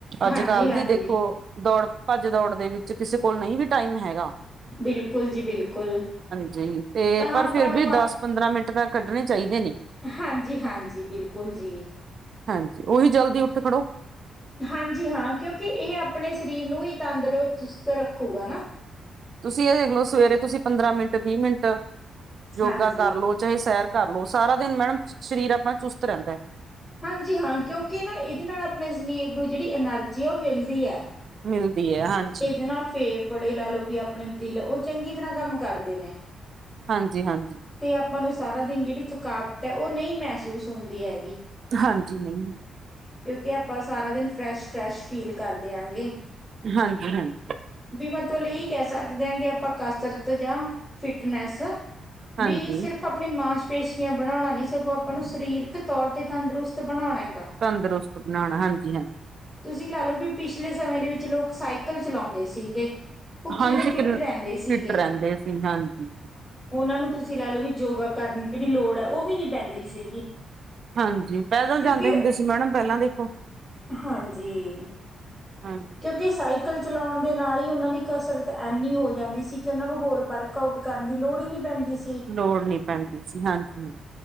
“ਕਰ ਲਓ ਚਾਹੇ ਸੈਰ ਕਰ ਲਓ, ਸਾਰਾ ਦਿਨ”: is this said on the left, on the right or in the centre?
Right